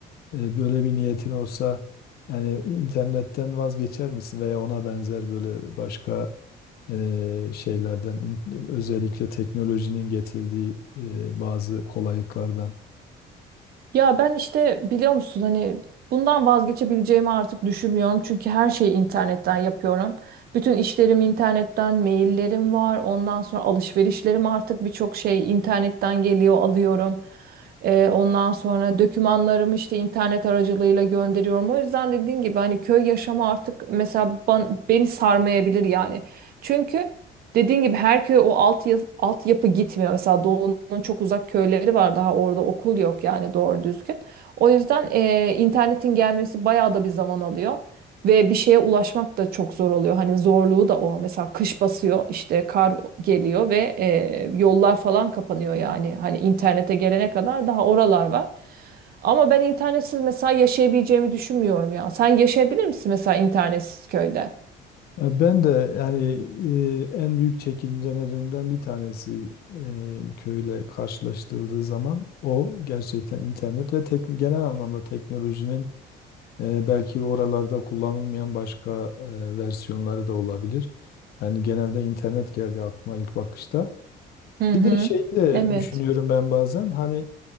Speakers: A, on the left; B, on the right.
A: E, Böyle bir niyetin olsa yani internetten vazgeçer misin veya ona benzer böyle başka e, şeylerden in- özellikle teknolojinin getirdiği e, bazı kolaylıklardan
B: Ya ben işte biliyor musun hani bundan vazgeçebileceğimi artık düşünmüyorum. Çünkü her şeyi internetten yapıyorum. Bütün işlerim internetten, maillerim var. Ondan sonra alışverişlerim artık birçok şey internetten geliyor, alıyorum. Ee, ondan sonra dokümanlarımı işte internet aracılığıyla gönderiyorum. O yüzden dediğin gibi hani köy yaşamı artık mesela ban- beni sarmayabilir yani. Çünkü Dediğin gibi her köy o alt yaz- altyapı gitmiyor. Mesela Doğu'nun çok uzak köyleri var daha orada okul yok yani doğru düzgün. O yüzden eee, internetin gelmesi bayağı da bir zaman alıyor. Ve bir şeye ulaşmak da çok zor oluyor. Hani zorluğu da o. Mesela kış basıyor işte kar geliyor ve eee, yollar falan kapanıyor yani. Hani internete gelene kadar daha oralar var. Ama ben internetsiz mesela yaşayabileceğimi düşünmüyorum ya. Sen yaşayabilir misin mesela internetsiz köyde?
A: Ya Ben de yani e, en büyük çekincelerimden bir tanesi e, köyle karşılaştırıldığı zaman o gerçekten internet ve tek, genel anlamda teknolojinin e, belki oralarda kullanılmayan başka e, versiyonları da olabilir. Yani genelde internet geldi aklıma ilk bakışta.
B: Hı
A: Bir
B: hı.
A: de şeyi de
B: Evet.
A: düşünüyorum ben bazen hani